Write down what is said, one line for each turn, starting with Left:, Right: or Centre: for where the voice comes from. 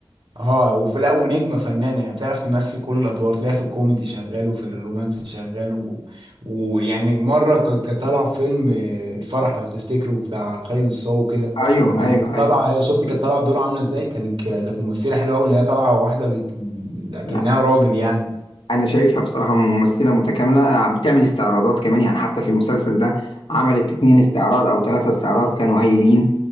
Right: اه وف... لا ونجمه فنانه يعني بتعرف تمثل كل الادوار تلاقيها في الكوميدي شغال وفي الرومانسي شغال و- ويعني مره ك- كانت طالعه في فيلم آه، الفرح لو تفتكروا بتاع خالد الصاوي كده
Left: ايوه
Right: لما
Left: ايوه
Right: كانت
Left: ايوه
Right: طالعه هي شفت كانت طالعه الدور عامله ازاي كانت ك- كانت ممثله حلوه قوي اللي هي طالعه واحده بت... لكنها
Left: لا
Right: راجل يعني
Left: أنا شايفها بصراحة ممثلة متكاملة بتعمل استعراضات كمان يعني حتى في المسلسل ده عملت اتنين استعراض أو ثلاثة استعراض كانوا هايلين